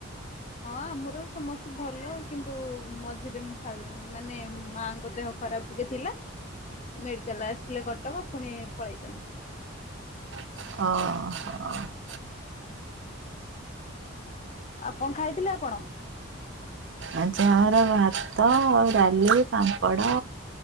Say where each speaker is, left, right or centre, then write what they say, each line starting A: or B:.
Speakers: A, on the left; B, on the right.
A: ହଁ ଆମର ସମସ୍ତେ ଭଲ କିନ୍ତୁ ମଝିରେ ମୁ ମାନେ ମାଙ୍କ ଦେହ ଖରାପ ଟିକେ ଥିଲା ମେଡ଼ିକାଲ ଆସିଥିଲେ କଟକ ପୁଣି ପଳେଇଛନ୍ତି।
B: ଅହ ହ।
A: ଆଉ କଣ ଖାଇଥିଲେ ଆପଣ?
B: ଆଜି ଆମର ଭାତ ଆଉ ଡାଲି ପାମ୍ପଡ଼